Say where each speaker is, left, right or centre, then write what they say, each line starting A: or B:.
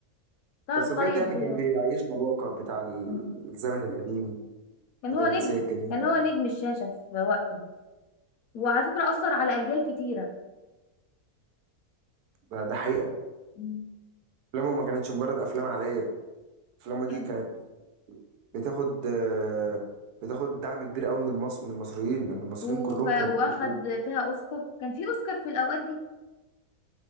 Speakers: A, on the left; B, on the right.
A: تعرف
B: بس بجد
A: طيب
B: يعني كان بيعيشنا الواقع بتاع الزمن
A: مم.
B: القديم
A: كان
B: الرومانسية
A: هو نجم
B: الجميلة
A: كان هو نجم الشاشة في وقته وعلى فكرة أثر على أجيال كتيرة
B: ده, ده حقيقة
A: مم.
B: أفلامه ما كانتش مجرد أفلام عادية أفلامه دي
A: يعني
B: كانت بتاخد آه، بتاخد دعم كبير قوي من المص من المصريين لأن المصريين
A: وف...
B: كلهم
A: وأخد
B: كانوا بيحبوه
A: فيها أوسكار كان في أوسكار في الأوقات دي